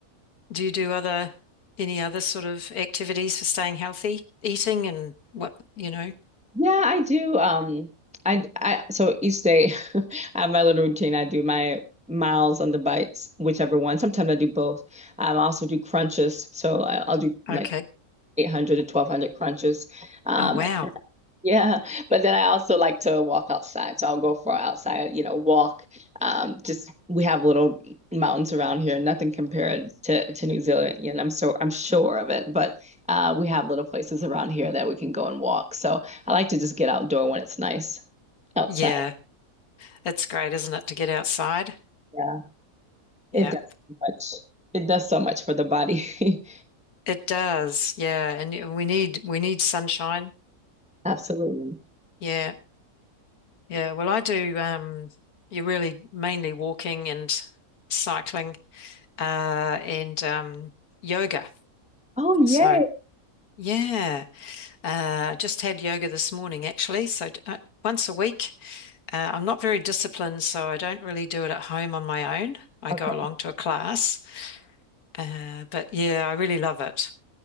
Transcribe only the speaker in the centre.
yeah, I do. Um, I I so each day <laughs> I have my little routine. I do my miles on the bikes, whichever one. Sometimes I do both. I also do crunches. So I, I'll do like
800 to 1200 crunches. Um,
Yeah, but then I also like to walk outside. So I'll go for an outside, you know, walk. Um, just we have little mountains around here, nothing compared to to New Zealand, and I'm so I'm sure of it, but uh we have little places around here that we can go and walk. So I like to just get outdoor when it's nice outside.
Yeah. It
does so much. It does so much for the body. <laughs>
Absolutely.
Oh, yay.
Okay.